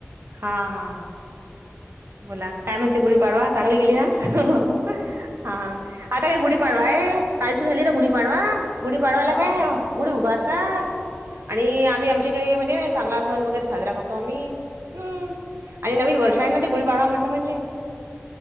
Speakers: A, on the right; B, on the left.
A: हा हा, बोला काय म्हणते गुढीपाडवा
B: कालचा
A: चांगली गेली ना, हो हा आता काय गुढी पाडवाये कालची झाली ना गुढी पाडवा. गुढी पाडवाला
B: हो
A: काय
B: हो
A: गुढी उभारतात आणि आम्ही आमच्याकडे म्हणजे चांगला सण वगैरे साजरा करतो आम्ही. हम्, आणि नवीन वर्ष
B: हो
A: आहे न
B: ना
A: ते गुढीपाडवा म्हटलं म्हणजे.